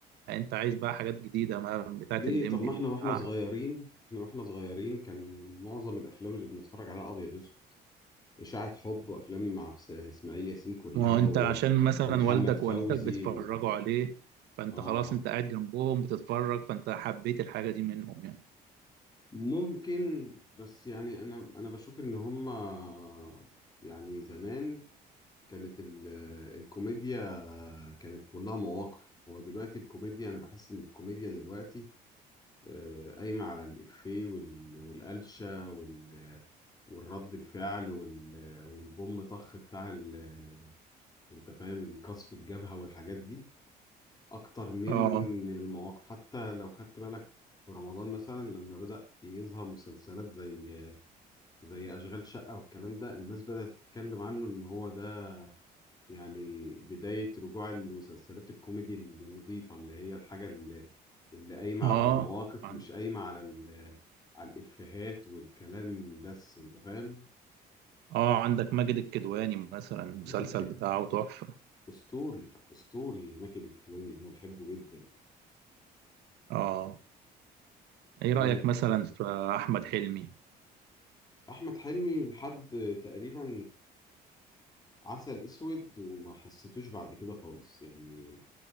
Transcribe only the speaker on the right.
يعني انت عايز بقى حاجات جديده ما بتاعت
الليمبي
وبتاع
ما هو انت
عشان مثلا
والدك
ووالدتك بيتفرجوا
عليه فانت
خلاص انت قاعد جنبهم بتتفرج فانت حبيت الحاجه دي منهم يعني
اه
اه
عن-
اه عندك ماجد الكدواني مثلا المسلسل
بتاعه تحفه
اه ايه
رايك مثلا في احمد حلمي